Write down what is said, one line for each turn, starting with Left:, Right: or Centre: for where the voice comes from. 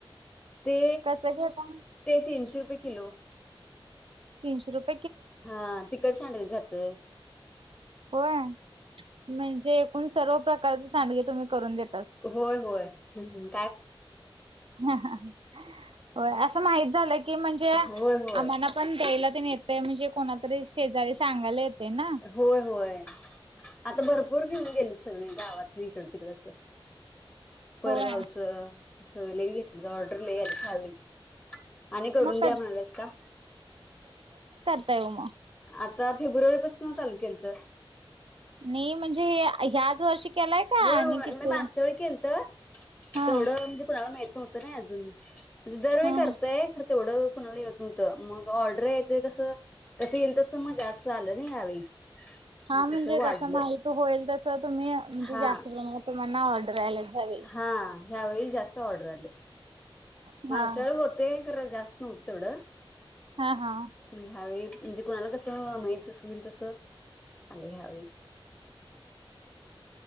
Left: ते
Right: कसं घेता?
Left: ते तीनशे रुपय किलो.
Right: तीनशे रुप-
Left: हा तिकट सांडग घातोय.
Right: होय. म्हणजे उण सर्व प्रकारच सडगे तुम्ही करून दे-
Left: होय होय. हम हम
Right: हा हा. होय. असं माहित झालं की म्हणजे,
Left: होय होय
Right: आम्हाना पण द्यायला तेन येतय, म्हणजे कोणाला तरी शेजारी सांगायला येतय ना.
Left: होय होय आता भरपूर घेऊन गेलीत सगळी गावात हिकड तिकड अस. परगावचं.
Right: होय
Left: सगळ लयी घेतलीत. ऑर्डर लयी आली ह्या वेळी. आणि करून
Right: मग
Left: द्या
Right: कधी
Left: म्हणालेत का?
Right: ताय ओ म?
Left: आता फेब्रुवारी पसन चालू केलत.
Right: नाही म्हणजे ह्याच वर्षी केलाय का
Left: होय
Right: आणि
Left: होय.
Right: किती
Left: न मागच्या वेळी केलतं,
Right: हा
Left: तेवढं म्हणजे कुणाला माहित नव्हत नायी अजून. म्हणजे दरवेळी
Right: हा
Left: करतंय, खर तेवढं कुणाला येव- नव्हत. मग ऑर्डर येत- ते कस, कस येईल तस मग जास्त आलं ना यावेळी
Right: हा
Left: मग
Right: म्हणजे
Left: तसं वाढलं
Right: कस माहित होईल तस तुम्ही म्हणजे
Left: हा
Right: जास्त प्रमाणात तुम्हाना ऑर्डर यायलाच हवी.
Left: हा ह्यावेळी जास्त ऑर्डर आलं
Right: हा
Left: मागच्या वेळी होते खरं जास्त नव्हत तेवढं.
Right: हा हा
Left: मी ह्यावेळी म्हणजे कोुणाला कसं माहितच होईल तस आलं ह्यावेळी